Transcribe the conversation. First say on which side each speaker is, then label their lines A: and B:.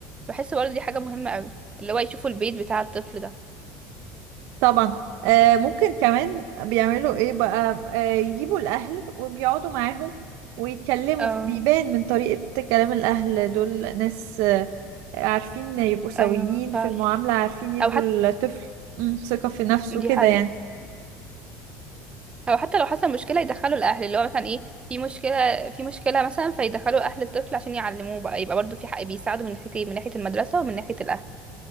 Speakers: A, on the right; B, on the right.
A: بحس برضه دي حاجة مهمة أوي اللي هو يشوفوا البيت بتاع الطفل ده
B: طبعا آه ممكن كمان بيعملوا ايه بقى آه يجيبوا الاهل وبيقعدوا معاهم ويتكلموا
A: بتفرق
B: فبيبان من طريقة كلام الاهل دول ناس آه عارفين يبقوا سويين
A: ايوه
B: في
A: فعلا
B: المعاملة عارفين يدوا
A: او حتى
B: الطفل مم، ثقة في نفسه
A: دي
B: كده
A: حقيقة
B: يعني
A: او حتى لو حصل مشكله يدخلوا الاهل اللي هو مثلا ايه في مشكله في مشكله مثلا فيدخلوا اهل الطفل عشان يعلموه بقى يبقى برضو في حق بيساعدوا من ناحيتين من ناحيه المدرسه ومن ناحيه الاهل